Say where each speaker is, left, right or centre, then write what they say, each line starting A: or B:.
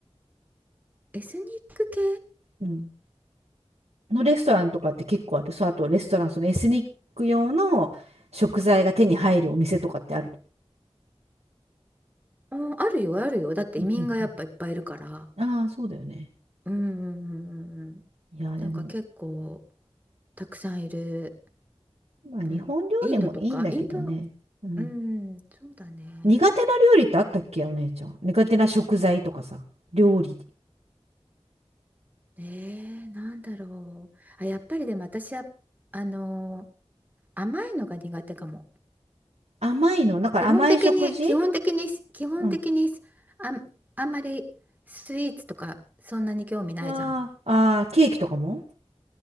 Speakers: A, on the right; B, on the right.
A: エスニック系
B: うん、のレストランとかって結構ある。そう、あとレストラン、そのエスニック用の食材が手に入るお店とかってある。
A: うん、あるよ、あるよ。だって移民がやっぱいっぱいいるから。
B: うんうんうん。<laughs> ああー、そうだよね。
A: うん、うん、うん、うんうん。
B: いや、でも、
A: なんか結構、たくさんいる。
B: まあ日本料理もいいんだけどね。
A: うんインドとか、インド、
B: うん。
A: うん、そうだね。
B: 苦手な料理ってあったっけ、お姉ちゃん。苦手な食材とかさ、料理。
A: ねえ、なんだろう。あ、やっぱりでも私は、あのー甘いのが苦手かも。
B: 甘いの、だから甘い食事
A: 基本的に、基本的に、基本的に、
B: うん。
A: あん、あんまりスイーツとかそんなに興味ないじゃん。
B: ああ、ああ、ケーキとかも